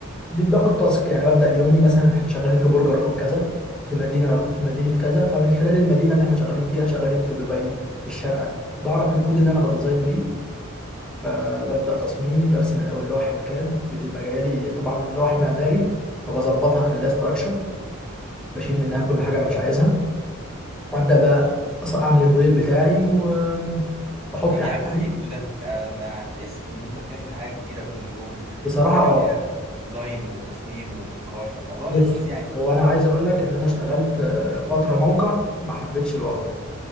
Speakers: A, in the centre; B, on the right.
A: ب- باخد تاسك يعني ببدأ يومي مثلا احنا شغالين في برج رقم كذا في مدينة رقم في مدينة كذا فمن خلال المدينة اللي احنا شغالين فيها شغالين في دبي في الشارقة بعرف الكود اللي انا بديزاين بيه فببدأ تصميمي برسم الاول لوح الكاد بتبقى جايه لي طبعا لوح معماري فبظبطها اخليها استراكشر بشيل منها كل حاجة انا مش عايزها وابدأ بقى أص- اعمل الموديل بتاعي و واحط
B: طب
A: احلام
B: يا عم حلو ده ده ده هتحس ان انت بتعمل حاجه جديده كل يوم
A: بصراحة
B: وحاجه
A: اه
B: فيها ديزاين وتصميم وابتكار فالموضوع
A: بص
B: لذيذ يعني
A: هو أنا عايز أقول لك إن أنا اشتغلت آه، فترة موقع ما حبيتش الوضع